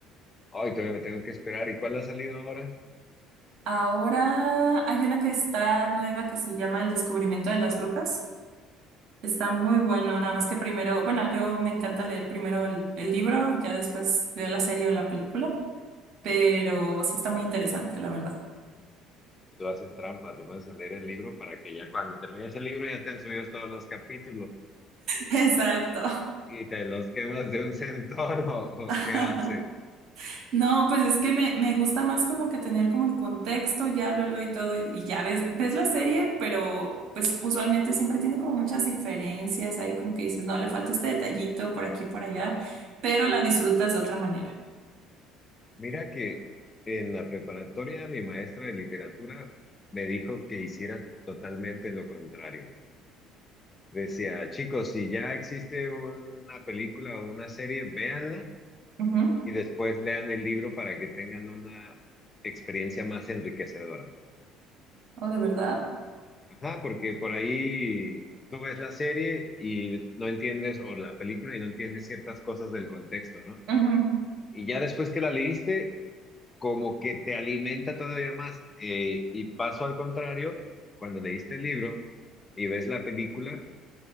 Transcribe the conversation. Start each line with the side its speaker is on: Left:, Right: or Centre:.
Left: Ay, todavía me tengo que esperar. ¿Y cuál ha salido ahora?
Right: Ahora hay una que está nueva que se llama El descubrimiento de las brujas. Está muy bueno, nada más que primero, bueno, yo me encanta leer primero el, el libro, ya después veo la serie o la película, pero sí está muy interesante, la verdad.
Left: Tú haces trampa, te pones a leer el libro para que ya cuando termines el libro ya estén subidos todos los capítulos.
Right: Exacto.
Left: ¿Y te los quemas de un centón <laughs> o, o
Right: <laughs>
Left: qué haces?
Right: No, pues es que me, me gusta más como que tener como el contexto, ya lo leo y todo, y, y ya ves, ves la serie, pero pues usualmente siempre tiene como muchas diferencias, ahí como que dices, no, le falta este detallito por aquí, por allá, pero la disfrutas de otra manera.
Left: Mira que en la preparatoria mi maestra de literatura me dijo que hiciera totalmente lo contrario. Decía, chicos, si ya existe una película o una serie, véanla
Right: Ujú.
Left: y después lean el libro para que tengan una experiencia más enriquecedora.
Right: Oh, de verdad.
Left: Ajá, porque por ahí tú ves la serie y no entiendes, o la película y no entiendes ciertas cosas del contexto, ¿no?
Right: Ujú,
Left: Y ya después que la leíste, como que te alimenta todavía más. Eh, y paso al contrario, cuando leíste el libro y ves la película,